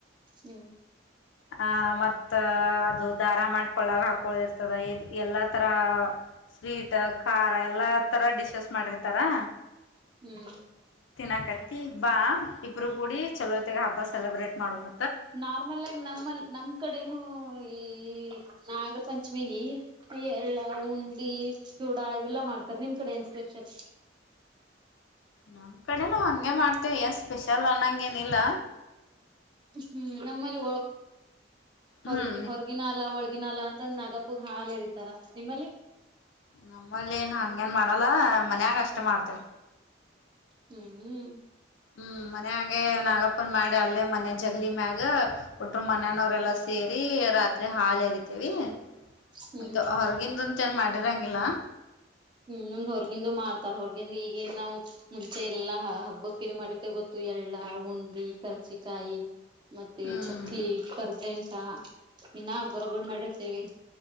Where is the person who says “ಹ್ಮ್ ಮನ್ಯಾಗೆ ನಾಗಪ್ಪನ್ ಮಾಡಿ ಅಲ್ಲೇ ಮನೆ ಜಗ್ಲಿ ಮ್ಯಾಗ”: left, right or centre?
Left